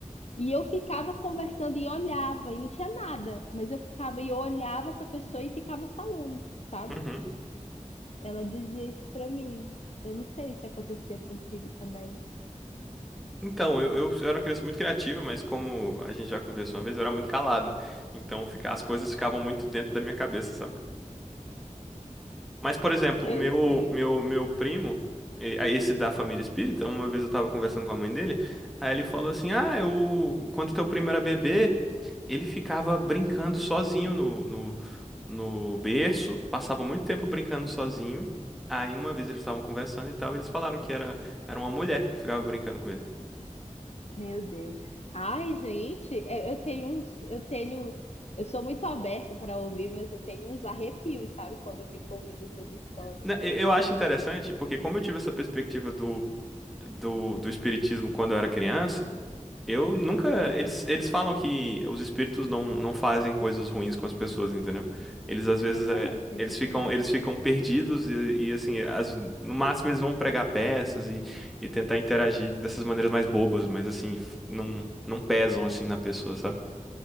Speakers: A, on the left; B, in the centre.
A: e eu ficava conversando e olhava e não tinha nada, mas eu ficava e eu olhava para a pessoa e ficava falando, sabe?
B: uhum.
A: Ela dizia isso para mim. Eu não sei se acontecia contigo também.
B: Então, eu, eu, eu era uma criança muito criativa, mas como a gente já conversou uma vez, eu era muito calado. Então, fica, as coisas ficavam muito dentro da minha cabeça, sabe? Mas, por exemplo,
A: Eu
B: o meu,
A: sei.
B: meu, meu primo, e- esse da família espírita, uma vez eu tava conversando com a mãe dele, aí ele falou assim: Ah, eu, quando teu primo era bebê, ele ficava brincando sozinho no, no, no berço, passava muito tempo brincando sozinho. Aí uma vez eles estavam conversando e tal, eles falaram que era, era uma mulher que ficava brincando com ele.
A: Meu Deus. Ai, gente, eu, eu tenho uns, eu tenho, eu sou muito aberto para ouvir, mas eu tenho uns arrepios, sabe, quando eu fico ouvindo essas histórias.
B: Na- e- Eu acho interessante, porque como eu tive essa perspectiva do, do, do espiritismo quando eu era criança. Eu nunca. Eles, eles falam que os espíritos não, não fazem coisas ruins com as pessoas, entendeu? Eles às vezes
A: Eu também
B: é,
A: acredito
B: eles ficam,
A: nisso.
B: eles ficam perdidos e, e, assim, as- no máximo eles vão pregar peças e, e tentar interagir dessas maneiras mais bobas, mas assim, f- não, não pesam assim na pessoa, sabe?